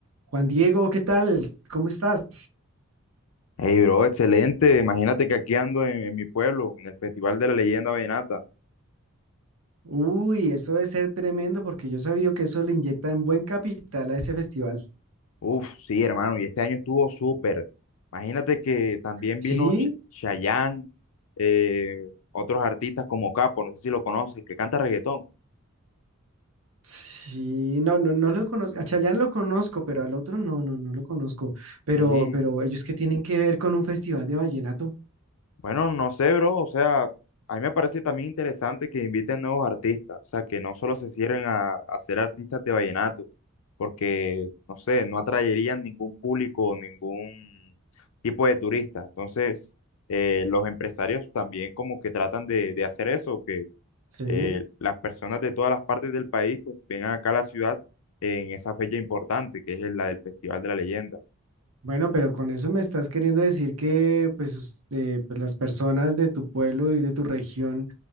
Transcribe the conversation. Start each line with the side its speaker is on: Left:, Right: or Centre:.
Right: Juan Diego, ¿qué tal? ¿Cómo estás?
Left: Hey, bro, excelente. Imagínate que aquí ando en, en mi pueblo, en el Festival de la Leyenda Vallenata.
Right: Uy, eso debe ser tremendo porque yo sabía que eso le inyectan buen capital a ese festival.
Left: Uf, sí, hermano, y este año estuvo súper. Imagínate que también
Right: Sí,
Left: vino Ch- Chayanne, eh, otros artistas como Capo, no sé si lo conoces, que canta reggaetón.
Right: sí, no, no, no lo conozco. A Chayanne lo conozco, pero al otro no, no, no lo conozco. Pero,
Left: Sí.
Right: pero ellos que tienen que ver con un festival de vallenato.
Left: Bueno, no sé, bro, o sea, a mí me parece también interesante que inviten nuevos artistas, o sea, que no solo se cierren a, a ser artistas de vallenato, porque, no sé, no atraerían ningún público, ningún tipo de turista. Entonces, eh, los empresarios también como que tratan de, de hacer eso, que
Right: Sí.
Left: eh, las personas de todas las partes del país pues vengan acá a la ciudad en esa fecha importante, que es la del Festival de la Leyenda.
Right: Bueno, pero con eso me estás queriendo decir que pues, us- eh, pues, las personas de tu pueblo y de tu región,